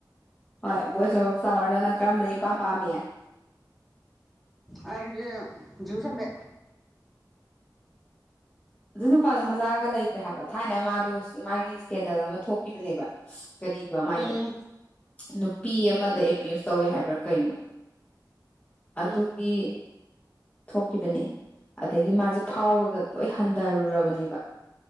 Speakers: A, on the left; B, in the centre.
A: ꯍꯣꯏ
B: ꯎꯝ
A: ꯕꯣꯏꯁ ꯑꯣꯐ ꯐ꯭ꯂꯥꯋꯔꯗꯣ ꯅꯪ ꯀꯔꯝꯕꯅ ꯏꯄꯥꯝ ꯄꯥꯝꯃꯤ?
B: ꯑꯩꯗꯤ ꯖꯤꯌꯨ ꯁꯝꯕꯦ꯫
A: ꯑꯗꯨ ꯅꯨꯄꯥꯗꯣ ꯃꯆꯥꯒ ꯂꯩꯈ꯭ꯔꯦ ꯍꯥꯏꯕ ꯊꯥꯏꯅ ꯃꯥꯗꯣ ꯃꯥꯒꯤ ꯏꯁꯀꯦꯟꯗꯜ ꯑꯃ ꯊꯣꯛꯈꯤꯕꯅꯦꯕ꯫ <unintelligible> ꯀꯔꯤꯕꯥ ꯃꯥꯏꯗꯣ?
B: ꯎꯝ
A: ꯅꯨꯄꯤ ꯑꯃꯗ ꯑꯦꯄ꯭ꯌꯨꯁ ꯇꯧꯋꯦ ꯍꯥꯏꯕ꯭ꯔꯥ ꯀꯩꯅꯣ ꯑꯇꯨꯒꯤ
B: ꯎꯝ
A: ꯊꯣꯛꯈꯤꯕꯅꯦ ꯑꯗꯒꯤ ꯃꯥꯁꯦ ꯐꯥꯎꯕꯒ ꯂꯣꯏ ꯍꯟꯗꯔꯨꯔꯕꯅꯦꯕ